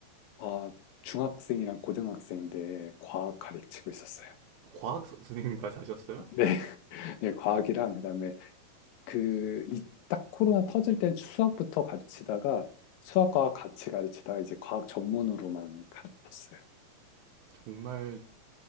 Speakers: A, on the left (about 80°); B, on the right (about 85°).
A: 아, 중학생이랑 고등학생 때 과학 가르치고 있었어요.
B: 과학 선- 선생님까지 하셨어요?
A: 네, <laughs> 네, 과학이랑 그다음에 그 이 딱 코로나 터질 땐 수학부터 가르치다가 수학과 같이 가르치다가 이제 과학 전문으로만 가르쳤어요.
B: 정말